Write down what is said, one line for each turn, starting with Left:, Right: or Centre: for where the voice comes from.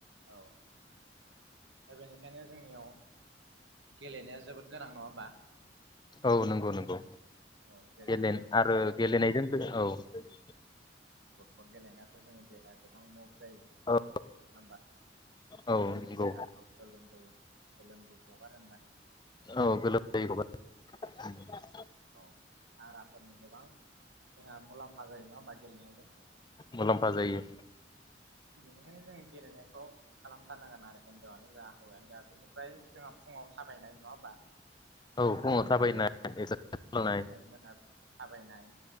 Right: औ दा बेनिखायनो जोंनियाव गेलेनाया जोबोद गोनां नङा होमबा।
Left: औ नंगौ नंगौ।
Right: औ जेरै
Left: एलेन
Right: जोङो फुटबल
Left: आरो गेलेनायजों लोगो औ
Right: फुटबल गेलेनायाथ' जोंनि देहाया गोबां मु जायो नङा
Left: औ
Right: होमबा?
Left: औ
Right: जोंनि
Left: नंगौ
Right: देहाफोराव गोलोमदै गोलोमदै गगारहोनाय
Left: औ गोलोमदै गगार
Right: औ हाराफोरनि गोबां जोंहा मुलाम्फा जायो नङा होनबा गेलनाय जों
Left: मुलाम्फा जायो
Right: बेनिखायनो जोङो गेलेनायखौ खालामथारनांगोन आरो हिनजावानो जा हौवायानो बेनि ओमफ्राय जोंहा फुङाव थाबायनाय नङा होमबा।
Left: औ फुङाव थाबायनाय
Right: मोनाबिलि
Left: <unintelligible>
Right: थाबायनाय।